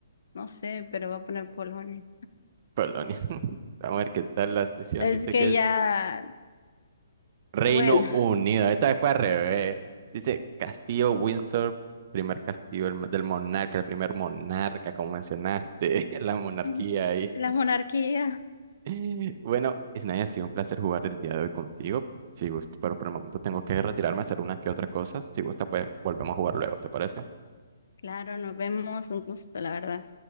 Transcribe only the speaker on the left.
no sé, pero voy a poner Polonia.
Es
que
ya.
Bueno.
<laughs> Ujú.
La monarquía.
Claro, nos vemos, un gusto, la verdad.